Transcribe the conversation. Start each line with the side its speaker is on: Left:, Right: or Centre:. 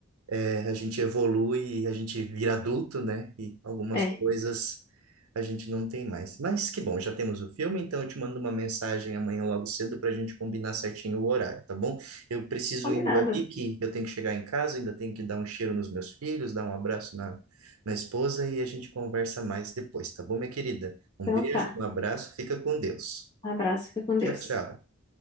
Right: é, a gente evolui, a gente vira adulto, né? E algumas
Left: É,
Right: coisas a gente não tem mais. Mas que bom, já temos o filme, então eu te mando uma mensagem amanhã logo cedo para a gente combinar certinho o horário, tá bom? Eu preciso
Left: combinado.
Right: indo ali, que eu tenho que chegar em casa, ainda tenho que dar um cheiro nos meus filhos, dar um abraço na, na esposa e a gente conversa mais depois, tá bom, minha querida? Um
Left: Então
Right: beijo,
Left: tá.
Right: um abraço, fica com Deus.
Left: Um abraço, fica com
Right: Tchau,
Left: Deus.
Right: tchau.